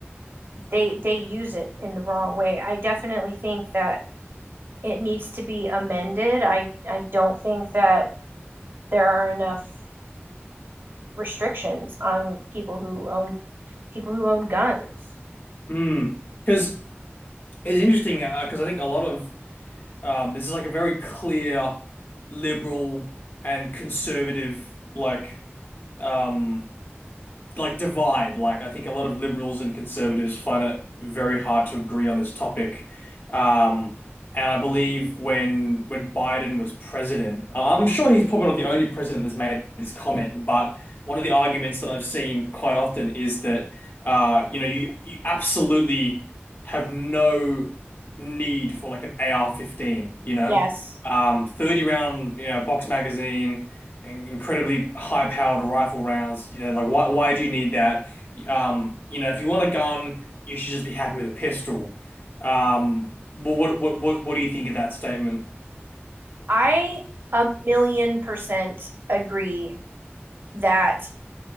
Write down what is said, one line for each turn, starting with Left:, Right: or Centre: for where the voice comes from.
Right: they they use it in the wrong way i definitely think that it needs to be amended i i don't think that there are enough restrictions on people who own people who own guns
Left: Mm. Because it's interesting, uh because I think a lot of Um, this is like a very clear liberal and conservative like um like divide. Like I think a lot of liberals and conservatives find it very hard to agree on this topic. Um, and I believe when when Biden was president, I- I'm sure he's probably not the only president that's made this comment, but one of the arguments that I've seen quite often is that uh, you know, you you absolutely have no need for like an AR-15, you know?
Right: yes
Left: Um, 30 round, you know, box magazine in- incredibly high-powered rifle rounds. You know, like why why do you need that? Um, you know, if you want a gun, you should just be happy with a pistol. Um, wh- what what what what do you think of that statement?
Right: i a million percent agree that